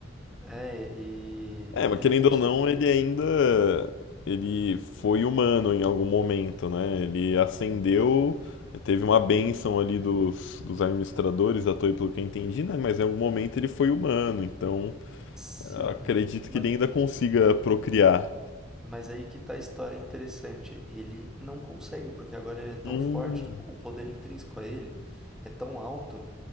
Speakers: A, in the centre; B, on the left.
A: É, e
B: É,
A: ele
B: mas querendo
A: não consegue.
B: ou não, ele ainda. Ele foi humano em algum momento, né? Ele ascendeu,
A: Ma-
B: teve uma bênção ali dos, dos administradores da Toei, pelo que eu entendi, né? Mas em algum momento ele foi humano, então
A: Sim,
B: eu acredito
A: ma-
B: que ele ainda consiga procriar.
A: mas aí que tá a história interessante. Ele não consegue, porque agora ele é tão
B: Hum,
A: forte, tipo, o poder intrínseco a ele é tão alto